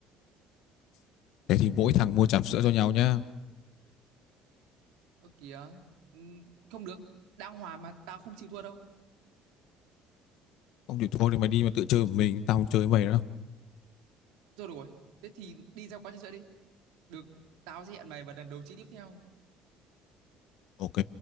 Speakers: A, on the left; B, on the right.
A: Thế thì mỗi thằng mua trà sữa cho nhau nhá.
B: Ơ kìa, ừm, không được, đang hòa mà tao không chịu thua đâu.
A: Không thì thôi thì mày đi mà tự chơi một mình, tao không chơi với mày nữa đâu.
B: Rồi được rồi, thế thì đi ra quán trà sữa đi. Được, tao sẽ hẹn mày vào lần đấu trí tiếp theo.
A: Ok.